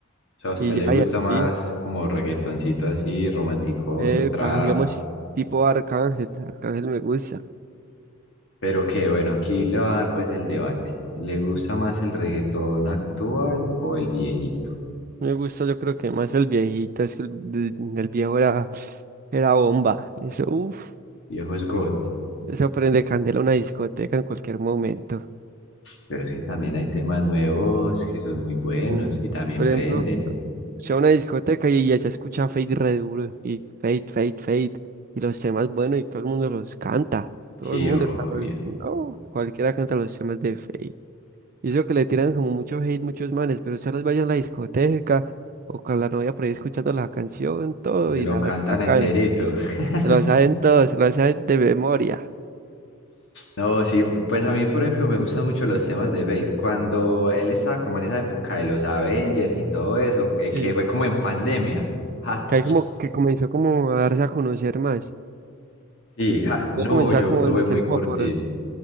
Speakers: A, on the left; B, on the right.
A: O sea, ¿a usted
B: y
A: le
B: ya,
A: gusta
B: y así,
A: más como reggaetoncito así, romanticoso,
B: epa,
A: trap?
B: digamos, tipo Arcángel, Arcángel me gusta,
A: Pero que bueno, aquí le va a dar pues el debate. ¿Le gusta más el reggaetón actual o el viejito?
B: me gusta yo creo que más el viejito, es que el, el- el viejo era, era bomba, eso, uff,
A: Viejo es God.
B: eso prende candela a una discoteca en cualquier momento.
A: Pero es que también hay temas nuevos que son muy buenos
B: Mm,
A: y también
B: Por
A: prenden.
B: ejemplo, sea una discoteca y ya se escucha Fade re duro, y Fade, Fade, Fade, y los temas buenos y todo el mundo los canta, todo
A: Sí,
B: el mundo,
A: obvio.
B: hasta los- no, cualquiera canta los temas de Fade. Y eso que le tiran como mucho hate muchos manes, pero se los vayan a la discoteca o con la novia por ahí escuchando la canción, todo,
A: Y se
B: y
A: lo
B: la,
A: cantan
B: la
A: enterito.
B: cantan, sí.
A: <laughs>
B: Se lo saben todos, se lo saben de memoria.
A: No, sí, pues a mí, por ejemplo, me gustan mucho los temas de Fate. Cuando él estaba como en esa época de los Avengers y todo eso, eh,
B: Sí.
A: que fue como en pandemia. Ja.
B: Que ahí como que comenzó como a darse a conocer más.
A: Sí, ja. No,
B: Yo comenzaba
A: yo
B: como
A: tuve
B: a conocer
A: muy curtido.
B: como por